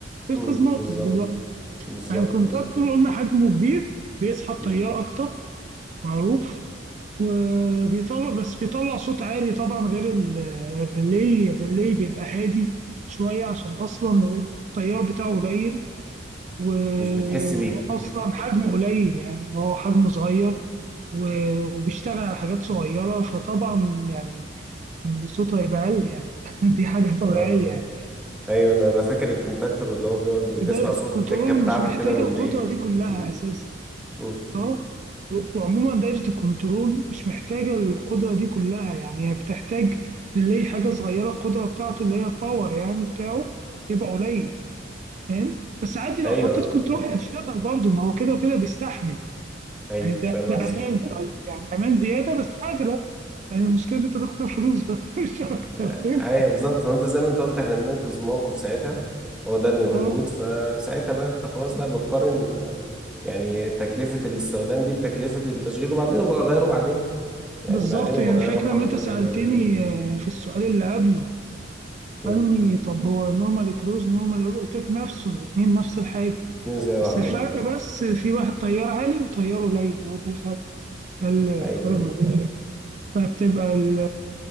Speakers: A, on the right; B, in the centre.
A: تنقذ
B: مم.
A: موقف
B: بالظبط
A: دلوقتي
B: بالظبط
A: يعني الكونتاكتور
B: بالظبط
A: قلنا حجمه كبير بيسحب
B: مم.
A: تيار أكتر معروف وبيطلع بس بيطلع صوت عالي طبعا غير ال- الريلي الريلي بيبقى هادي شوية عشان أصلا التيار بتاعه قليل و...
B: مش بتحس بيه
A: وأصلا حجمه قليل يعني هو حجمه صغير و... وبيشتغل على حاجات صغيرة فطبعا يعني إن صوته هيبقى أقل يعني <laughs> دي حاجة طبيعية
B: اه
A: يعني
B: ايوه انا انا فاكر الكونتاكتور اللي هو بيقعد بتسمع
A: ده الكنترول
B: صوت التكة بتاعته
A: مش محتاج
B: كده من
A: القدرة
B: بعيد
A: دي كلها
B: مم.
A: أساسا
B: مم.
A: اه و- وعموما دايرة الكنترول مش محتاجة القدرة دي كلها يعني هي بتحتاج للي حاجة صغيرة القدرة بتاعته اللي هي الباور يعني بتاعه يبقى قليل فاهم بس عادي لو
B: ايوه
A: حطيت كنترول
B: آه.
A: هيشتغل برضه ما هو كده وكده بيستحمل
B: ايوه
A: يعني ده
B: فاهم
A: ده
B: قصدك
A: أمان طيب يعني أمان زيادة بس أغلى يعني المشكلة إن أنت تخسر فلوس بس <laughs> مش أكتر
B: آه،
A: ايه
B: ايوه بالظبط هو انت زي ما انت قلت احنا بننقذ موقف ساعتها هو ده اللي موجود
A: اه
B: فساعتها بقى انت خلاص بقى بتقارن آه، يعني تكلفة الاستخدام دي بتكلفة التشغيل وبعدين ابقى اغيره بعدين يعني
A: بالظبط
B: بعدين ابقى
A: يعني
B: اغيره
A: فاكر
B: احط
A: لما أنت
B: الريلي
A: سألتني آه، في السؤال اللي قبله
B: مم.
A: قال لي طب هو نورمال كلوز نورمال قلت لك نفسه الاتنين نفس الحاجة
B: اتنين زي بعض
A: بس الفرق
B: اه
A: بس في واحد طيار عالي وطيار قليل هو ده الفرق ده الفرق
B: ايوه
A: ما بين فبتبقى ال